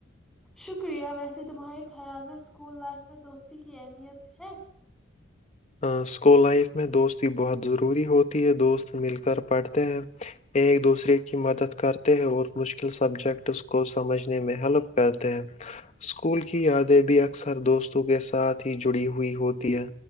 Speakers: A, in the centre; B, on the left.
A: شکریہ ویسے تمہارے خیال میں اسکول لائف میں دوستی کی اہمیت ہے <unintelligible>
B: اسکول لائف میں دوستی بہت ضروری ہوتی ہے دوست مل کر پڑھتے ہیں ایک دوسرے کی مدد کرتے ہیں اور مشکل سبجیکٹ اس کو سمجھنے میں ہیلپ کرتے ہیں اسکول کی یادیں بھی اکثر دوستوں کے ساتھ ہی جڑی ہوئی ہوتی ہے